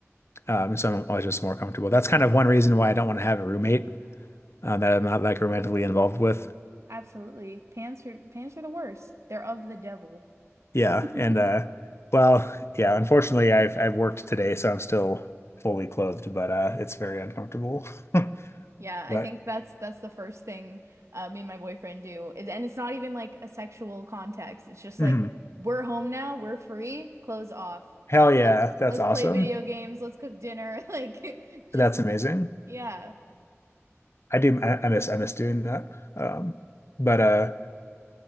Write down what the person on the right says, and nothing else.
absolutely. Pants are pants are the worst. They're of the devil.
<laughs>
Yeah,
I think that's that's the first thing uh, me and my boyfriend do. It- And it's not even like a sexual context. It's just
like we're home now, we're free, clothes off.
Like
let's
let's
play video games, let's cook dinner, <laughs> like just
yeah.